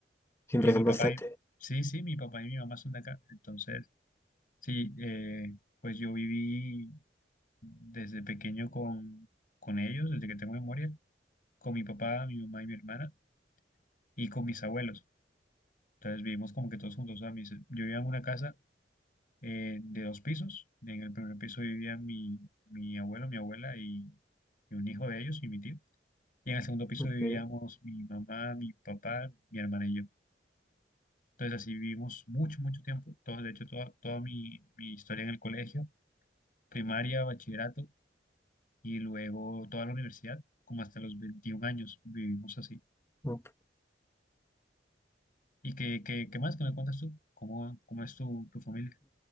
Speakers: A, on the left; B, on the left.
A: siempre
B: Eh, mi
A: son
B: papá,
A: bastante.
B: y- sí, sí, mi papá y mi mamá son de acá. Entonces, sí, eh, pues yo viví desde pequeño con, con ellos, desde que tengo memoria, con mi papá, mi mamá y mi hermana, y con mis abuelos. Entonces vivimos como que todos juntos. O sea, mis- yo vivía en una casa eh, de dos pisos. En el primer piso vivía mi, mi abuelo, mi abuela y, y un hijo de ellos y mi tío. Y en el segundo piso
A: Ok.
B: vivíamos mi mamá, mi papá, mi hermana y yo. Entonces así vivimos mucho, mucho tiempo. Todo, de hecho, toda, toda mi, mi historia en el colegio, primaria, bachillerato y luego toda la universidad, como hasta los 21 años vivimos así.
A: up.
B: ¿Y qué, qué, qué más que me cuentas tú? ¿Cómo, cómo es tu, tu familia?